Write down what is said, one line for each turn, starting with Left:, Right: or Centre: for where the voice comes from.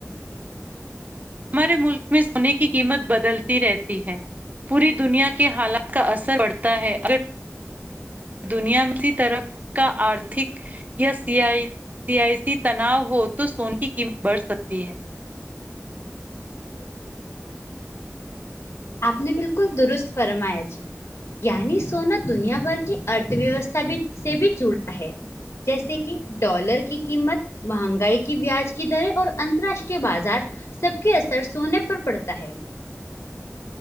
Right: ہمارے ملک میں سونے کی قیمت بدلتی رہتی ہے پوری دنیا کے حالات کا اثر پڑتا ہے اگر دنیا میں کسی طرح کا آرتھک یا سیا سیاسی تناؤ ہو تو سنے کی قیمت بڑھ سکتی ہے
Left: ا آپ نے بالکل درست فرمایا جی یعنی سونا دنیا بھر کی ارت ویوستھا بھی سے بھی جڑتا ہے جیسے کہ ڈالر کی قیمت مہنگائی کی بیاج کی دریں اور اترراشٹری بازار سب کے اثر سونے پر پڑتا ہے